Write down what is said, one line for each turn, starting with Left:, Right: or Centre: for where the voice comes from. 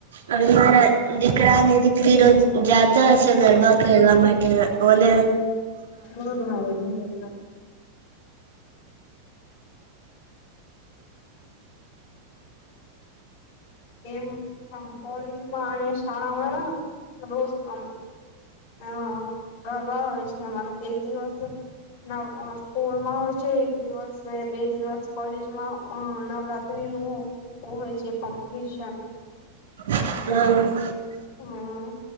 Right: અભી મારા દ દીકરા ને દીકરી રોજ જતા હશે ગરબા ખેડવા માટે ઓને
Left: બવ ભાવે છે ગરબા એમ હ કોલેજમાં અને શાળવા રોજ હ અ ગરબા હોય છે અમારા એક દિવસ નવ સ્કૂલમાં હોય છે એક દિવસ બે દિવસ કોલેજમાં નવરાત નવરાત્રી નું હોય છે કોમ્પિટશન
Right: હમ
Left: હમ